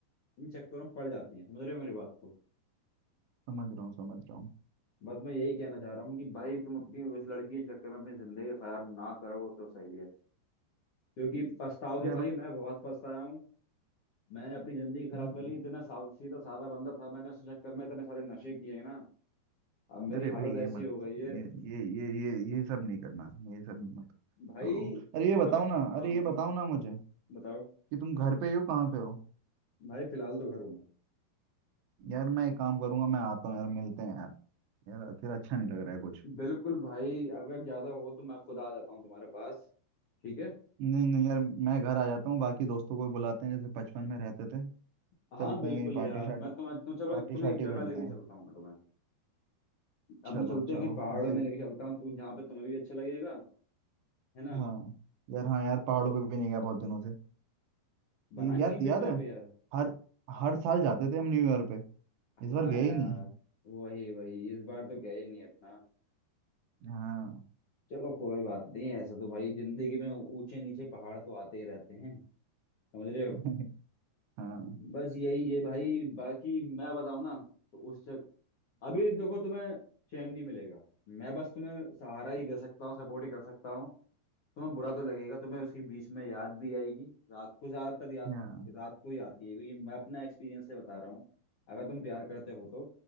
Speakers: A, on the left; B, on the right.
A: इन चक्करों में पड़ जाती हैं समझ रहे हो मेरी बात को
B: समझ रहा हूँ समझ रहा हूँ
A: बस मैं यही कहना चाह रहा हूँ कि भाई तुम अपनी उस लड़की के चक्कर में अपनी जिंदगी खराब ना करो तो सही है क्योंकि पछताओगे
B: यार
A: भाई मैं बहुत पछताया हूँ मैंने अपनी जिंदगी खराब
B: हम्म,
A: कर ली इतना सा, सीधा साधा बंदा था मैंने उस चक्कर में इतने सारे नशे किए हैं ना अब मेरी
B: अरे भाई
A: हालत
B: ये
A: ऐसी
B: मत
A: हो गई है
B: ये ये ये ये ये सब नहीं करना ये सब मत
A: भाई
B: छोड़ो अरे ये बताओ
A: तब
B: ना अरे
A: हाँ बताओ
B: ये बताओ ना मुझे
A: बताओ
B: कि तुम घर पे ही हो कहाँ पे हो
A: भाई फिलहाल तो घर हूँ मैं
B: यार मैं एक काम करूंगा मैं आता हूँ यार मिलते हैं यार यार अकेला अच्छा नहीं लग रहा है कुछ
A: बिल्कुल भाई अगर ज्यादा हो तो मैं खुद आ जाता हूँ तुम्हारे पास ठीक है
B: नहीं नहीं यार मैं घर आ जाता हूँ बाकी दोस्तों को भी बुलाते हैं जैसे बचपन में रहते थे
A: हाँ
B: चलते
A: बिल्कुल
B: हैं कहीं पार्टी
A: यार
B: शार्टी
A: मैं तुम्हें तो चलो
B: पार्टी
A: तुम्हें
B: शार्टी
A: एक जगह
B: करते
A: लेके
B: हैं
A: चलता हूँ मैं तुम्हें
B: चलो
A: अपने चलते
B: चलो
A: हैं कहीं पहाड़
B: ऐसे
A: में
B: ही-
A: लेके चलता हूँ तो जहाँ पे तुम्हें भी अच्छा लगेगा है ना
B: हाँ यार हाँ यार पहाड़ों पे भी नहीं गया बहुत दिनों से
A: बनाए
B: ये यार
A: कहीं
B: याद
A: का ट्रिप
B: है
A: यार
B: हर हर साल जाते थे हम न्यू ईयर पे
A: हाँ
B: इस बार गए
A: यार
B: ही नहीं
A: वही वही इस बार तो गए ही नहीं अपना
B: हाँ
A: चलो कोई बात नहीं ऐसा तो भाई जिंदगी में ऊंचे नीचे पहाड़ तो आते ही रहते हैं समझ रहे हो
B: <laughs> हाँ
A: बस यही है भाई बाकी मैं बताऊं ना तो उस चक... अभी देखो तुम्हें चैन नहीं मिलेगा मैं बस तुम्हें सहारा ही दे सकता हूँ सपोर्ट ही कर सकता हूँ तुम्हें बुरा तो लगेगा तुम्हें उसकी बीच में याद भी आएगी रात को ज्यादातर याद
B: हाँ
A: रात को ही आती है क्योंकि मैं अपना एक्सपीरियंस से बता रहा हूँ अगर तुम प्यार करते हो तो